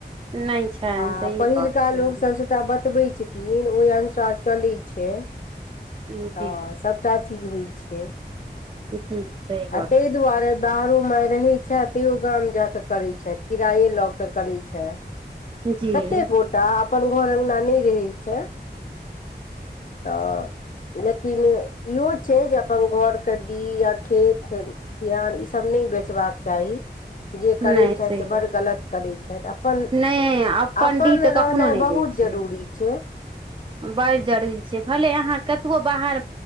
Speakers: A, on the right; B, on the left.
A: नहि छनि
B: आ
A: सही
B: पहिलका
A: गप छै
B: लोको सबसोटा बतबै छथिन ओहि अनुसार चलैत छै।
A: जी
B: तऽ सबटा चीज होइ छै
A: जी सही
B: आ
A: गप
B: तइ दुआरे बाहरो मे रहै छै तैयो गाम जााक करैत छथि किराये लऽ के करैत छै
A: छै जी
B: कतेक गोटा अपन घर अङ्गना नहि रहै छै तऽ लेकिन इहो छै जे अपन घर के् डीह या खेत बिहान ईसभ नहि बेचबाक चाही जे करै
A: नहि
B: छथि
A: सही
B: से
A: गप
B: बड़ गलत करै छथि अपन
A: नहि
B: अपन
A: डीह तऽ
B: रहनाइ
A: कखनो नहि
B: बहुत
A: दै छियै
B: जरूरी छै
A: बड़ जरूरी छै भले अहाँ कतबो बाहर